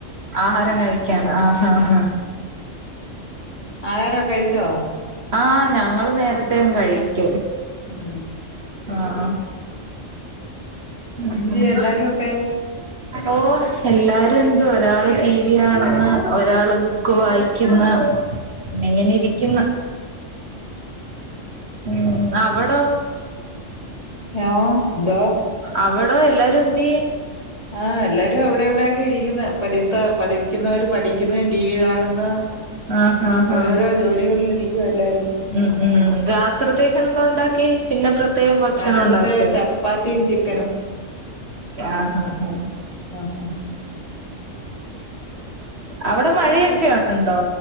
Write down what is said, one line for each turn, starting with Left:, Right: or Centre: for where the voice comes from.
Right: ആഹാരം കഴിക്കൻ ആഹഹാ
Left: ആഹാരം ഒക്കെ കഴിച്ചോ
Right: ആഹ് ഞങ്ങള് നേരത്തേ അങ് കഴിക്കും
Left: ഉം
Right: ആഹ് ഉം
Left: എന്ത്യേ എല്ലാരും ഒക്കെ
Right: <inaudible> ഓ എല്ലാരും എന്ത് ഒരാള് ടി വി ആണെന്ന് ഒരാള് ക്ക് വായിക്കുന്ന ഇങ്ങനെ ഇരിക്ന്നു ഉം അവടോ
Left: എവ ദ
Right: അവടോ എല്ലാരും എന്തിയെ
Left: ആഹ് എല്ലാരും അവിടെ എവിടെക്കെ ഇരിക്കുന്ന പഠിത്ത പഠിക്കുന്നവര് പഠിക്കുന്ന ടി വി കാണുന്ന്
Right: ആഹ് ആഹ്
Left: ഓരോരോ
Right: ആഹ്
Left: ജോലികളിലിരിക്കുവാ എല്ലരും
Right: ഉം ഉം രാത്രിതേക് എന്താ ഉണ്ടാക്കി പിന്നെ പ്രത്യേകം ഭക്ഷണം
Left: രാത്രിത്തെ
Right: ഉണ്ടാക്ക
Left: ചപ്പാത്തിയും ചിക്കനും
Right: ആഹ്
Left: ആ ഹ ഹാ
Right: അവിടെ മഴയൊക്കെ ഉണ്ടോ